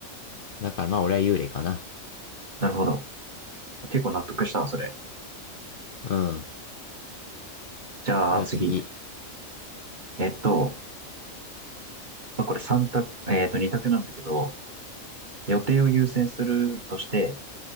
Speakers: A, on the left; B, on the right.
A: だからまあ、俺は幽霊かな。
B: なるほど。結構納得したわ、それ。
A: うん。
B: じゃあ次。
A: じゃあ次。
B: えっと、まあ、これ三択、えっと、2択なんだけど、予定を優先するとして、